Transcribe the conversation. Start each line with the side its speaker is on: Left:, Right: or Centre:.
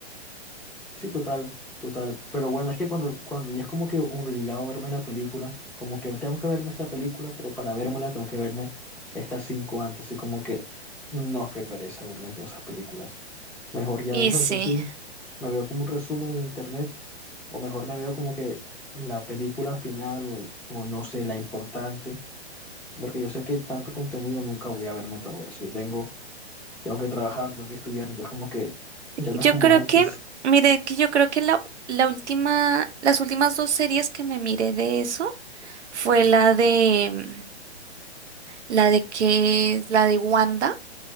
Centre: sí, total, total, pero bueno, es que cuando, cuando ya es como que obligado a verme la película, como que tengo que verme esta película, pero para vérmela tengo que verme estas cinco antes, y como que, no, qué pereza verme todas esas películas, mejor ya
Right: Y
Centre: dejo
Right: sí,
Centre: eso así, me veo como un resumen en internet o mejor me veo como que la película final o, o no sé, la importante, porque yo sé que tanto contenido nunca voy a verme todo eso. Yo tengo, tengo que trabajar, tengo que estudiar, entonces como que ya no
Right: yo
Centre: es como
Right: creo
Centre: antes.
Right: que, mire, que yo creo que la, la última, las últimas dos series que me miré de eso fue la de, la de que, la de Wanda